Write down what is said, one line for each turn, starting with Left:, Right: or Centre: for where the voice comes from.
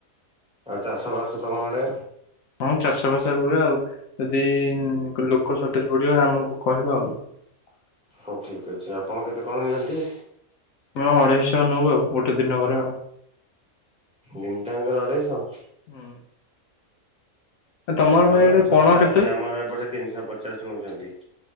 Centre: ଆଉ ଚାଷବାସ ତମ ଆଡେ?
Left: ହଁ ଚାଷବାସ ହୁଏ ଆଉ ଯଦି ଲୋକ ସଟେଜ ପଡିବ ଆମକୁ କହିବ ଆଉ। ହ <unintelligible>
Centre: ହୋଉ ଠିକ ଅଛି ଆପଣ କେତେ କଣ ନିଅନ୍ତି?
Left: ଆମେ ଅଢେଇଶହ ନୋଉ ଆଉ ଗୋଟେ ଦିନ କରେ ଆଉ।
Centre: ଦିନ୍ତାଙ୍କର ଅଢେଇଶହ
Left: ହୁଁ ତମର
Centre: ଭଲ
Left: ଭାଇ ଆଡେ
Centre: ତ ଶସ୍ତା
Left: ପଣ କେତେ
Centre: ଅଛି ଆମର ଏପଟେ ତିନିଶହ ପଚାଶ ନଉଛନ୍ତି।